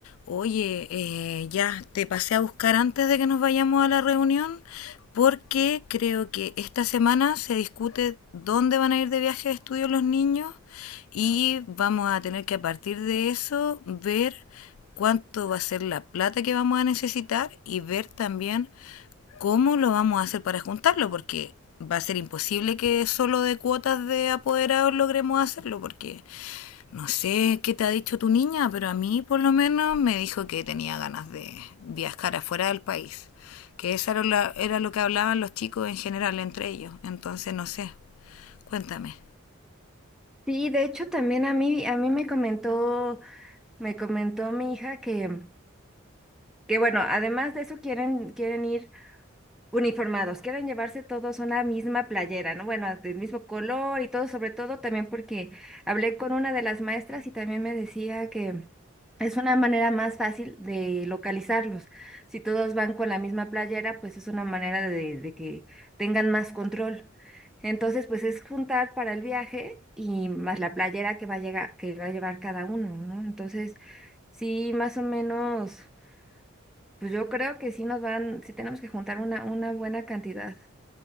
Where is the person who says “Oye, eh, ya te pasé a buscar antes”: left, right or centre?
Left